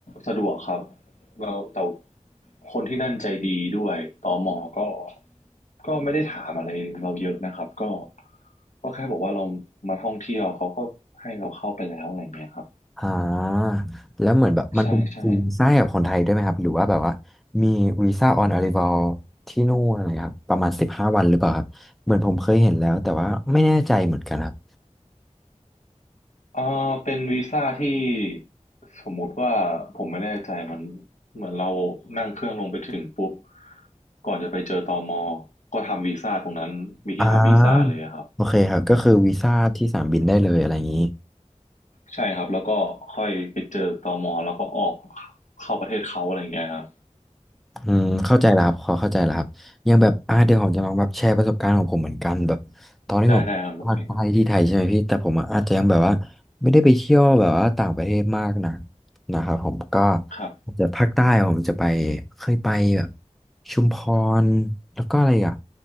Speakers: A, on the left; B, in the centre.
A: สะดวกครับแล้วแต่คนที่นั่นใจดีด้วยตมก็ก็ไม่ได้ถามอะไรเราเยอะนะครับก็ก็แค่บอกว่าเรามาท่องเที่ยวเขาก็ให้เราเข้าไปแล้วอะไรเงี้ยครับ
B: อ่าแล้วเหมือนแบบมันเป็นวีซ่ากับคนไทยด้วยไหมครับหรือว่าแบบว่า
A: ใช่ใช่
B: มีวีซ่าออนอา r ร i ว a ลที่นู่นอะไรครับประมาณสิบห้าวันหรือเปล่าครับเหมือนผมเคยเห็นแล้วแต่ว่าไม่แน่ใจเหมือนกันครับ
A: เออเป็นวีซ่าที่สมมุติว่าผมไม่แน่ใจมันเหมือนเรานั่งเครื่องลงไปถึงปุ๊บก่อนจะไปเจอตมก็ทำวีซ่าตรงนั้นมีที่ทำวีซ่าเลยอะครับ
B: อ่าโอเคครับก็คือวีซ่าที่สนามบินได้เลยอะไรอย่างนี้
A: ใช่ครับแล้วก็ค่อยไปเจอตมแล้วก็ออกเข้าประเทศเขาอะไรอย่างเงี้ยครับ
B: อืมเข้าใจแล้วครับขอเข้าใจแล้วครับอยังแบบอ่าเดี๋ยวผมจะลองแบบแชร์ประสบการณ์ของผมเหมือนกันแบบตอนที่ผมภาคใต้ที่ไทยใช่ไหมพี่แต่ผมอะอาจจะยังแบบว่าไม่ได้ไปเที่ยวแบบว่าต่างประเทศมากนะ
A: ได้ได้ครับโอเคครับ
B: นะครับผมก็
A: ครับ
B: อาจจะภาคใต้ผมจะไปเคยไปแบบชุมพรแล้วก็อะไรอ่ะ